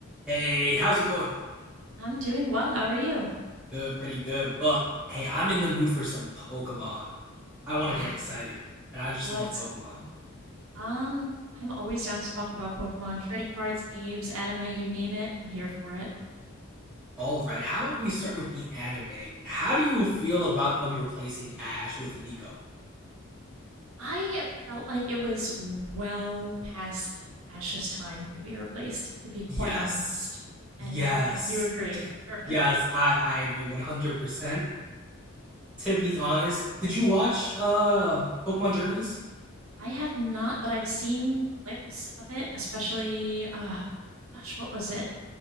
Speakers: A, in the centre; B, on the right.
A: Hey, how's it going?
B: I'm doing well. How are you?
A: Good, pretty good. But hey, I'm in the mood for some Pokemon. I want
B: Yeah.
A: to get excited, and I just
B: Let's
A: love Pokemon.
B: go. Um, I'm always down to talk about Pokemon, trading cards, games, anime, you name it. I'm here for it.
A: All right, how about we start with the anime? How do you feel about them replacing Ash with Liko?
B: I felt like it was well past Ash's time to be replaced, to be quite
A: Yes,
B: honest.
A: yes,
B: And okay, you agree. Perfect.
A: yes. I I agree 100. percent To be honest, did you watch uh Pokemon Journeys?
B: I have not, but I've seen clips of it, especially uh gosh, what was it?